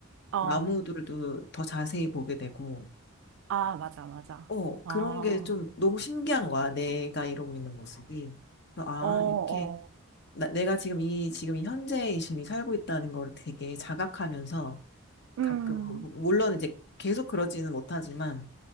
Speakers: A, on the right; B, on the left.
A: 어,
B: 나무들도 더 자세히 보게 되고
A: 아, 맞아, 맞아.
B: 어
A: 어,
B: 그런
A: 어,
B: 게 좀 너무 신기한 거야. 내가 이러고 있는 모습이. 그래서 아
A: 어, 어,
B: 이렇게 나, 내가 지금 이 지금 이 현재의 지금 이 살고 있다는 걸 되게 자각하면서
A: 음,
B: 가끔. 물론 이제 계속 그러지는 못하지만